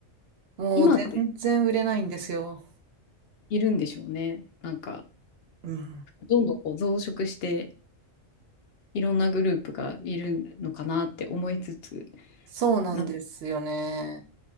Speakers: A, on the right; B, on the left.
A: もう全然売れないんですよ。
B: 今っているんでしょうね。なんか、
A: うん。
B: どんどんこう増殖して、いろんなグループがいるのかなって思いつつ、
A: そうなんですよね。
B: な、